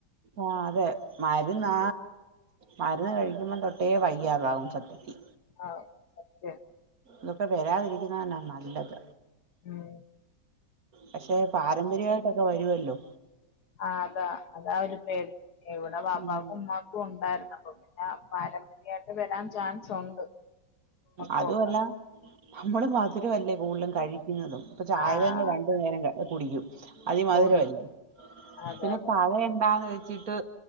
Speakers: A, on the right; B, on the left.
A: ആ അതെ മരുന്നാ മരുന്ന് കഴിക്കുമ്പം തൊട്ടേ വയ്യാതാവും സത്യത്തി
B: ആഹ സത്യം
A: ഇതൊക്കെ വരാതിരിക്കുന്നന്നാ നല്ലത്
B: ഉം
A: പക്ഷെ പാരമ്പര്യവായിട്ടൊക്കെ വരുവല്ലോ
B: ആ അതാ അതാ ഒരു പേടി എവിടെ പാപ്പാക്കും
A: ഉം
B: ഉമ്മാക്കും ഉണ്ടായിരുന്ന അപ്പ പാരമ്പര്യമായിട്ട് വരാൻ ചാൻസ് ഉണ്ട് ഉമ്മക്കും
A: അതു
B: ഒക്കെ
A: അല്ല നമ്മള് മാതം ഒത്തിരി വലിയ കൂടുതും കഴിക്കുന്നതും ഇപ്പം ചായ
B: ആഹ്
A: തന്നെ രണ്ടു
B: അതെ
A: നേരം കുടിക്കും അതിമധുരമല്ലേ
B: പൊടി അതെ
A: പിന്നെ
B: അതെ
A: കളയന്താന്ന് ക്കീട്ട്